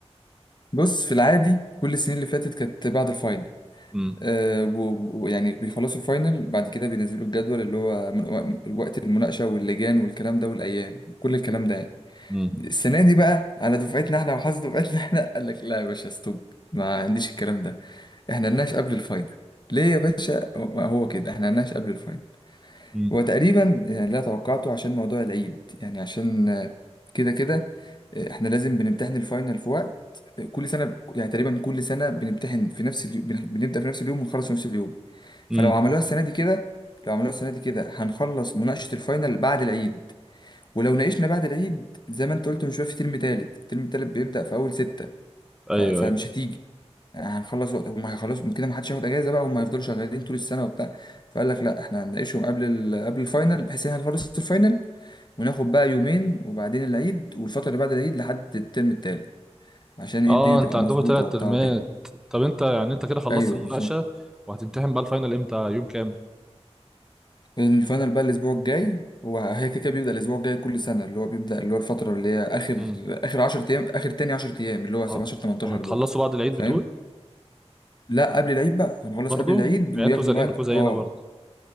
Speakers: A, on the left; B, in the centre.
A: بص في العادي كل السنين اللي فاتت كانت بعد الفاينل
B: امم
A: آه و- ويعني بيخلصوا الفاينل بعد كده بينزلوا الجدول اللي هو من وق- وقت المناقشه واللجان والكلام ده والايام كل الكلام ده يعني
B: امم
A: السنه دي بقى على دفعتنا احنا وحظ دفعتنا احنا قال لك لا يا باشا ستوب ما عنديش الكلام ده احنا نناقش قبل الفاينل ليه يا باشا ما هو كده احنا نناقش قبل الفاينل
B: امم
A: هو تقريبا يعني اللي أنا توقعته عشان موضوع العيد يعني عشان آه، كده كده آه، احنا لازم بنمتحن الفاينل في وقت آه، كل سنة يعني تقريبا كل سنة بنمتحن في نفس اليوم بن- بنبدأ في نفس اليوم ونخلص في نفس اليوم
B: امم
A: فلو عملوها السنة دي كده لو عملوها السنة دي كده هنخلص مناقشة الفاينل بعد العيد ولو ناقشنا بعد العيد زي ما انت قلت من شوية في ترم تالت الترم التالت بيبدأ في أول ستة
B: ايوه
A: ف- فمش
B: ايوه
A: هتيجي يعني هنخلص وقت هم هيخلصوا من كده ما حدش هياخد اجازه بقى هم هيفضلوا شغالين طول السنه وبتاع فقال لك لا احنا هنناقشهم قبل ال... قبل الفاينل بحيث ان احنا نخلص الفاينل وناخد بقى يومين وبعدين العيد والفتره اللي بعد العيد لحد الترم التالت عشان ايه
B: اه
A: الدنيا تبقى
B: انت عندكم
A: مظبوطه
B: تلات
A: وبتاع
B: ترمات
A: وكده
B: طب انت يعني انت كده خلصت
A: ايوه
B: المناقشة
A: بالظبط
B: وهتمتحن بقى الفاينل امتى يوم كام
A: الفاينل بقى الاسبوع الجاي هو هي كده كده بيبدا الاسبوع الجاي كل سنه اللي هو بيبدا اللي هو الفتره اللي هي اخر
B: امم
A: اخر 10 ايام اخر تاني 10 ايام اللي هو 17
B: اه
A: 18
B: وهتخلصوا
A: دول
B: بعد العيد
A: فاهم
B: بتقول
A: لا قبل العيد بقى هنخلص
B: برضه
A: قبل العيد
B: يعني
A: وياخدوا
B: انتوا زنقينكم
A: بقى
B: زينا
A: اه
B: برضه